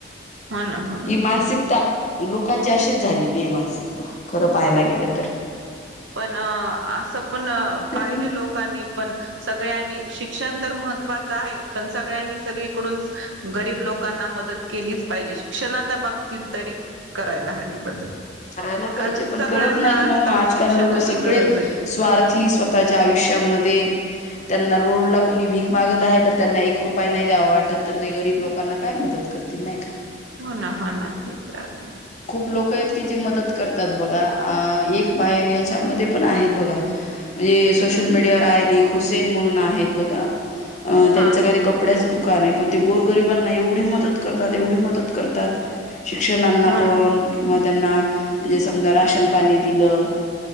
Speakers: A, on the right; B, on the left.
A: हो ना हो ना
B: हि मानसिकता.
A: हो
B: लोकांची अशीच झालेली आहे मानसिकता, खरब. पाहायला गेलं तर,
A: पण असं पण पाहिजे
B: तर
A: लोकांनी पण सगळ्यांनी शिक शिक्षण तर महत्त्वाचं आहे पण सगळ्यांनी. सगळीकडून गरीब लोकांना मदत केलीच पाहिजे, शिक्षणाच्या बाबतीत तरी करायला हवी बदल.
B: करायला
A: कारण
B: पाहिजे पण
A: सगळ्यांना
B: करत नाहीत ना हो आजकाल
A: शिक्षणाची
B: लोक सगळे
A: गरज आहे
B: स्वार्थी स्वतःच्या आयुष्यामध्ये. त्यांना रोड ला कोणी भीक मागत आहे, तर त्यांना एक रुपय नाही द्यावा वाटत, तर ते गरीब लोकांना काय मदत करतील नाही का?
A: हो-ना हो- ना ते तर आहे.
B: लोकयत. ती जे मदत करतात बघा आ एक बाई ह्याच्यामध्ये पण आहेत बघा म्हणजे सोशल मीडियावर आहेत एक हुसेन म्हणून आहेत बघा अ त्यांंच
A: हा हा
B: काय ते कपड्याचं दुक दुकानय पण ते गोरगरिबांना एवढी मदत करतात एवढी मदत करतात. शिक्षणांना
A: हो
B: पण
A: ना
B: किंवा त्यांना म्हणजे समजा राशन पाणी दिलं